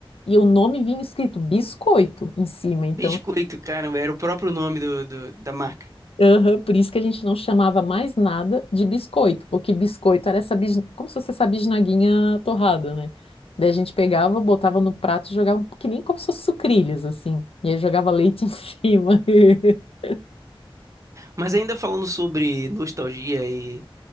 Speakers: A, on the left; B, on the right.
A: e o nome vinha escrito biscoito em cima. Então,
B: Biscoito, cara, era o próprio nome do, do- da marca.
A: aham, por isso que a gente não chamava mais nada de biscoito, porque biscoito era essa, bis- como se fosse essa bisnaguinha torrada, né? Daí a gente pegava, botava no prato e jogava, que nem como se fosse sucrilhos, assim. E aí jogava leite em cima. <laughs>
B: Mas ainda falando sobre nostalgia e